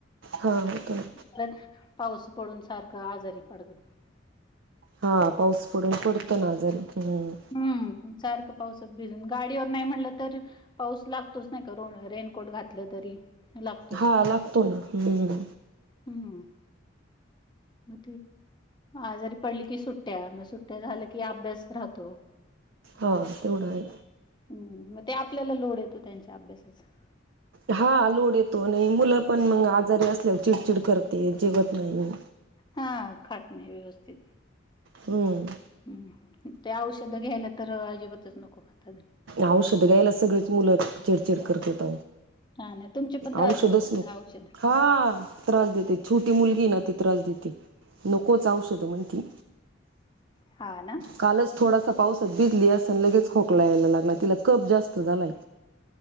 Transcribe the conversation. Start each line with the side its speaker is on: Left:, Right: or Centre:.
Right: हा येतोय ना.
Left: परत पाऊस पडून सारखं आजारी पडत
Right: हा पाऊस पडून पडतो ना अजून ह्म
Left: हम् सारखं पावसात भिजून गाडीवर नाही म्हटलं तर पाऊस लागतोच नाही करून रेनकोट घातलं तरी लागतोच
Right: हा लागतो ना ह्
Left: हम्म मे आजारी पडली की सुट्ट्या म सुट्ट्या झाल्या की अभ्यास राहतो.
Right: हो तेवढं आहे.
Left: हम् मग ते आपल्याला लोड येतो त्यांच्या अभ्यासाचा
Right: हा लोड येतो आणि मुलं पण मग आजारी असल्यावर चिडचिड करते जिगत नाही.
Left: हा खाट नाही व्यवस्थित
Right: हम्म.
Left: हम् ते औषध घ्यायला तर अजिबातच नको म्हणताात.
Right: औषध घ्यायला सगळेच मुलं चिडचिड करतेेत.
Left: हा ना तुमचे पण त्रास
Right: औषधच
Left: देतात
Right: म
Left: का औषध
Right: हा त्रास देते छोटी मुलगी ना ती त्रास देते नकोच औषध म्हण ति
Left: हा ना.
Right: कालच थोडासा पावसात भिजली असन. लगेच खोकला यायला लागला. तिला कप जास्त झालाय.